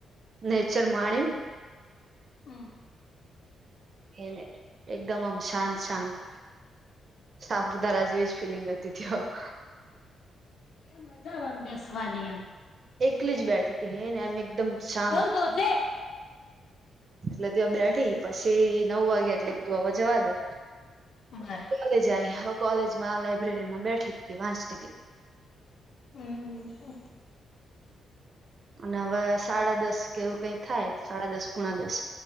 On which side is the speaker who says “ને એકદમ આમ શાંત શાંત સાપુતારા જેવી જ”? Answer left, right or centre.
Right